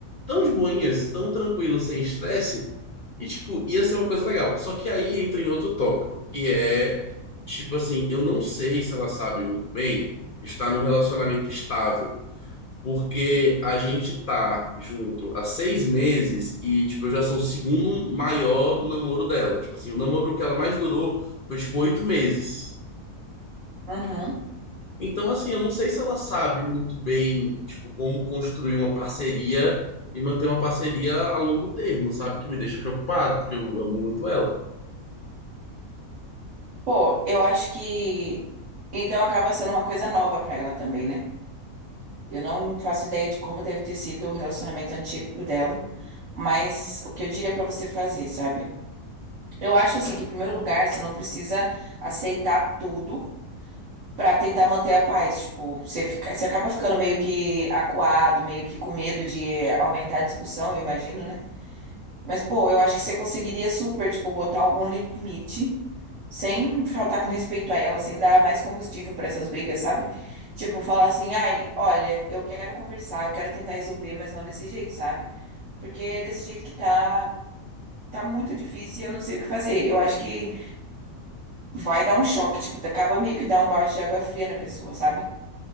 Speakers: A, on the left; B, on the right.
A: tão de boinhas, tão tranquilo, sem estresse, e, tipo, ia ser uma coisa legal. Só que aí entra em outro tópico, que é, tipo assim, eu não sei se ela sabe muito bem estar num relacionamento estável. Porque a gente tá junto há seis meses e, tipo, eu já sou o segundo maior namoro dela. Tipo assim, o namoro que ela mais durou foi, tipo, oito meses.
B: uhum.
A: Então, assim, eu não sei se ela sabe muito bem, tipo, como construir uma parceria e manter uma parceria a longo termo, sabe? Que me deixa preocupado, porque eu amo muito ela.
B: Pô, eu acho que então acaba sendo uma coisa nova pra ela também, né? Eu não faço ideia de como deve ter sido o relacionamento antigo dela. Mas o que eu diria pra você fazer, sabe? Eu acho assim que, em primeiro lugar, você não precisa aceitar tudo pra tentar manter a paz. Tipo, você fica, você acaba ficando meio que acuado, meio que com medo de aumentar a discussão, eu imagino, né? Mas, pô, eu acho que você conseguiria super, tipo, botar algum limite sem faltar com respeito a ela, sem dar mais combustível pra essas brigas, sabe? Tipo, falar assim, ai, olha, eu quero conversar, eu quero tentar resolver, mas não desse jeito, sabe? Porque é desse jeito que tá. Tá muito difícil e eu não sei o que fazer. Eu acho que vai dar um choque, tipo, acaba meio que dar um balde de água fria na pessoa, sabe?